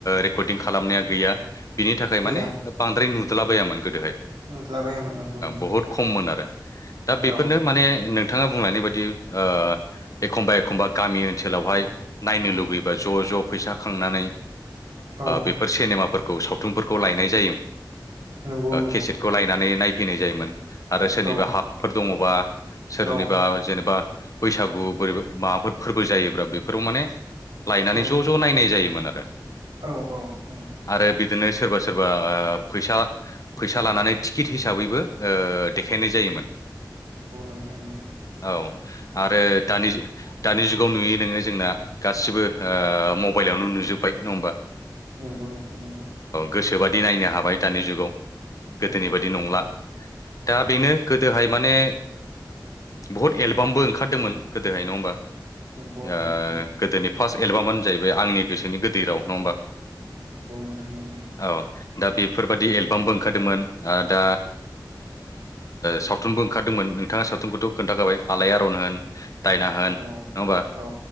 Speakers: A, on the left; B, on the right.
A: रेकर्डिं खालामनाया गैया बिनि थाखाय
B: गैया
A: माने बांद्राय नुदलाबायामोन गोदोहाय
B: नुदलाबायामोन नंगौ नंगौ
A: बहुद खममोन आरो दा बेफोरनो
B: औ
A: माने नोंथाङा बुंलनायनि बायदि ओ एखमबा एखमबा गामि ओनसोलावहाय नायनो लुुबैबा ज' ज' फैसा खांनानै
B: औ
A: बेफोर सिनेमाफोरखौ सावथुनफोरखौ लायनाय जायो
B: नंगौ नंगौ
A: केसेटखौ
B: नोंथां
A: लायनानै नायफैनाय जायोमोन आरो सोरनिबा
B: औ
A: हाफोर दङबा सोरनिबा
B: औ
A: जेनेबा बैसागु बोरै माबाफोर फोरबो जायोब्ला बेफोराव माने लायनानै
B: औ
A: ज' ज' नायनाय जायोमोन आरो
B: औ औ औ
A: आरो बिदिनो सोरबा सोरबा फैसा फैसा लानानै टिकेट हिसाबैबो देखायनाय जायोमोन
B: नंगौ नोंथां नंगौ
A: औ आरो दानि जुगाव नुयो नोङो जोंना गासिबो मबाइलावनो नुयो जोबबाय नङा होनबा
B: नंगौ नोंथां नंगौ
A: गोसोबादि नायनो हाबाय दानि जुगाव गोदोनि
B: नंगौ
A: बायदि नंला
B: नंला
A: दा बेनो गोदोहाय
B: औ
A: माने बहुत एलबामबो ओंखारदोंमोन गोदोहाय नङा होमबा
B: नोंगौ नोंथां
A: ओ
B: नोंगौ
A: गोदोनि फार्स्ट एलबामानो जाहैबाय आंनि गोसोनि गोदै राव नङा होमबा
B: नंगौ नोंथां नंगौ
A: औ दा बेफोरबादि एलबामबो ओंखारदोंमोन दा सावथुनबो ओंखारदोंमोन नोंथाङा सावथुनखौथ' खोन्थाखाबाय आलायआरन होन दायना होन
B: औ
A: नङा होमबा
B: औ